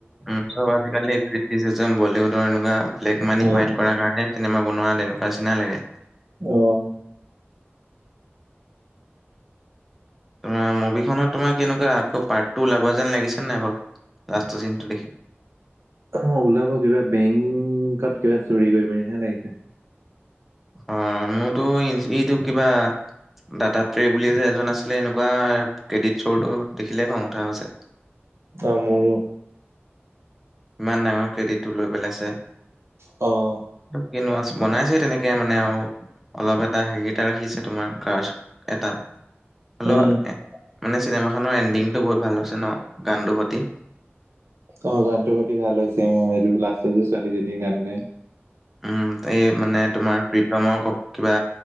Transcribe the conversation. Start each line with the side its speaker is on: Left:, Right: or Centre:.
Centre: উম, চব আজিকালি ক্ৰিতটিচিজম বলীউডৰ এনেকুৱা ব্লেক মানি
Right: উম
Centre: হোৱাইট কৰ কাৰণে। চিনেমা বনোৱা তেনেকুৱা চিনা লাগে।
Right: অ'।
Centre: তোমাৰ মুভি খনত তোমাৰ কেনেকুৱা আকৌ পাৰ্ট ওলাব যেন লাগিছে নাই বাৰু লাষ্টৰ চিনটো দেখি।
Right: অ', ওলাব কিবা বেংকত কিবা চুৰি কৰিব নিছিনা লাগিছে।
Centre: অ', মোৰতো ইটো কিবা ডাটা ট্ৰে বুলিয়ে যে এজন আছিলে এনেকুৱা ক্ৰেডিট চ'ৰটো দেখিলে খং উঠা হৈছে।
Right: অ', মোৰো।
Centre: ইমান ডাঙৰ কে্ৰডিটটো লৈ পেলাইছে।
Right: অ'।
Centre: কিনোৱা বনাইছে তেনেকে মানে আৰু অলপ এটা হেৰিটা ৰাখিছে তোমাৰ কাৰ এটা। হলও
Right: উম,
Centre: মানে চিনেমাখনৰ এণ্ডিংটো বহুত ভাল হৈছে ন গানটোৰ সতি।
Right: অ', গানটো প্ৰতি ভাল হৈছে মই এইটো লাষ্টত যে ছোৱালীজনী গান গাই।
Centre: উম এই মানে তোমাৰ প্ৰীতমৰ ক কিবা